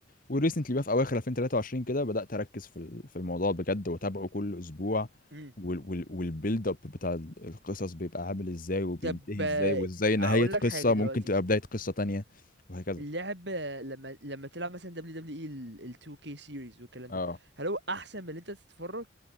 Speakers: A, on the left; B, on the right.
A: وريسنتلي بقى في اواخر 2023 كده بدات اركز في ال- في الموضوع بجد واتابعه كل اسبوع
B: امم
A: والبيلد اب بتاع ال- القصص بيبقى عامل ازاي وبينتهي
B: طب آه،
A: ازاي وازاي
B: اقول
A: نهايه قصه
B: لك حاجة دلوقتي
A: ممكن تبقى بدايه قصه تانية وهكذا
B: اللعب آه، لما لما تلعب مثلا دبليو دبليو اي ال 2K series والكلام
A: اه
B: ده هل هو احسن من اللي انت تتفرج